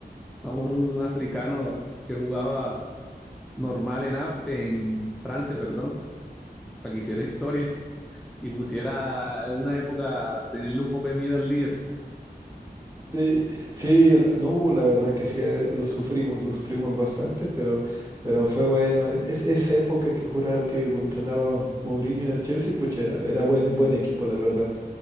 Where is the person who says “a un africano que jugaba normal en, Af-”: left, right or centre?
Centre